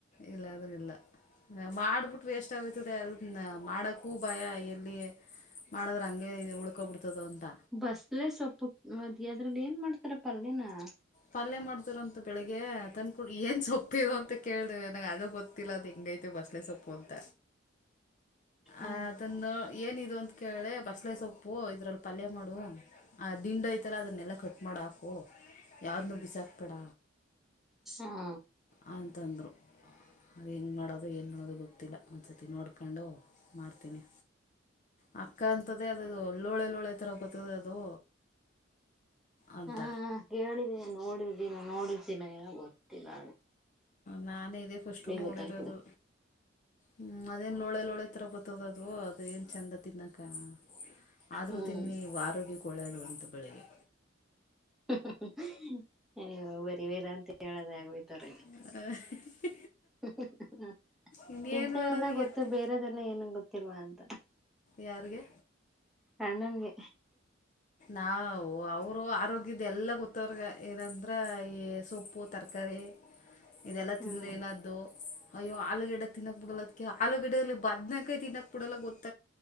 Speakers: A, on the left; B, in the centre.
A: ಇಲ್ಲ ಅಂದ್ರ ಇಲ್ಲ ಮಾಡಿಬಿಟ್ಟು ವೇಸ್ಟ್ ಆಗಹೋಯ್ತದೆ ಅದನ್ನ ಮಾಡೋಕ್ಕೂ ಭಯ ಎಲ್ಲಿ ಮಾಡದ್ರ ಹಂಗೆ ಉಳ್ಕೊಬಿಡ್ತದೋ ಅಂತ
B: ಬಸ್ಲೆ ಸೊಪ್ಪು ಮತ್ತ ಅದ್ರಲ್ಲಿ ಏನ್ ಮಾಡ್ತಾರೆ ಪಲ್ಯನಾ.
A: ಪಲ್ಯ ಮಾಡ್ತಾರಂತೆ. ಬೆಳಿಗ್ಗೆ ಅದ ತಂದಕೂಡ್ಲೆ ಏನ್ ಸೊಪ್ಪಿದು ಅಂತ ಕೇಳಿದೆ ನನಗೆ ಅದು ಗೊತ್ತಿಲ್ಲ ಅದು ಹೆಂಗೈತೇ ಬಸ್ಲೆ ಸೊಪ್ಪು ಅಂತ.
B: ಹ
A: ಅ ಅದನ್ನ ಏನಿದು ಅಂತ ಕೇಳೆ ಬಸ್ಲೆ ಸೊಪ್ಪ ಪ್ಪೂ ಇದ್ರಲ್ಲಿ ಪಲ್ಯ ಮಾಡು ಆ ದಿಂಡ ಐತಲ್ಲ ಅದ್ ನೆಲ ಕಟ್ ಮಾಡ ಹಾಕು ಯಾವ್ದು ಬಿಸಾಕ್ಬೇಡ.
B: ಹಾ
A: ಆ ಅಂತಂದ್ರೂ ಅದು ಹೆಂಗೆ ಮಾಡೋದ ಏನು ಮಾಡೋದ ಗೊತ್ತಿಲ್ಲ. ಒಂದ್ ಸತಿ ನೋಡ್ಕೊಂಡು ಮಾಡ್ತೀನಿ ಆ ಅಕ್ಕ ಅಂತದೆ ಅದುದು ಲೋಳೆ ಲೋಳೆ ತರ ಬತದೆ ಅದು. ಅಂತ
B: ಹಾ ಕೇಳಿದ್ದೀನಿ ನೋಡಿದೀನಿ ನೋಡಿದೀನಿ ಏನೋ ಗೊತ್ತಿಲ್ಲ ಅ
A: ನಾನೇ ಇದೆ ಫಸ್ಟೂ ನೋಡಿರೋದು
B: ಗೊತ್ತಾಯ್ತದೆ
A: ಹ್ಮ ಅದೇನ್ ಲೋಳೆ ಲೋಳೆ ತರ ಬ ದ ಅದು ಏನ್ ಚಂದ ತಿನ್ನಕ ಆದ್ರೂ
B: ಹ್ಮ್
A: ತಿನ್ನಿ ವಾರ್ರೋಗ್ಯ ಒಳ್ಳೆದು ಅಂತ ಬೆಳಗ್ಗೆ
B: ಹ್ಮ್ ಹ್ಮ್ ಹ್ಮ್ ಅಯ್ಯೋ ಬರಿ ವೇದಾಂತ ಅಂತ ಹೇಳದ ಆಗ ಹೋಯ್ತಾರೆ.
A: ಹ
B: ಹ್ಮ್ ಹ್ಮ್ ಹ್ಮ್
A: ಇನ್ನೇನು
B: ಇಂಥವೆಲ್ಲ
A: ಮಾಡೋದು
B: ಗೊತ್ತು
A: ಎತ್ತಿ
B: ಬೇರೆದೆಲ್ಲ ಏನೂ ಗೊತ್ತಿಲ್ವಾ ಅಂತ.
A: ಯಾರಗೆ.
B: ಅಣ್ಣನ್ಗೆ
A: ನಾವು ಅವರು ಆರೋಗ್ಯದ ಎಲ್ಲ ಗೊತ್ತ ಅವ್ರಗೆ ಏನಂದ್ರ ಈ ಸೊಪ್ಪು ತರಕಾರಿ ಕರಿ ಇದೆಲ್ಲಾ
B: ಹ್ಮ್
A: ತಿಂದ್ರೆ ಏನಾದ್ದು ಅಯ್ಯೋ ಆಲೂಗಡ್ಡೆ ತಿನ್ನಕ್ ಬಿಡಲದಕ್ಕೆ ಆಲೂಗಡ್ಡೆ ಇರಲಿ ಬದ್ನಕಾಯಿ ತಿನ್ನಕ್ ಬಿಡಲ್ಲ ಗೊತ್ತ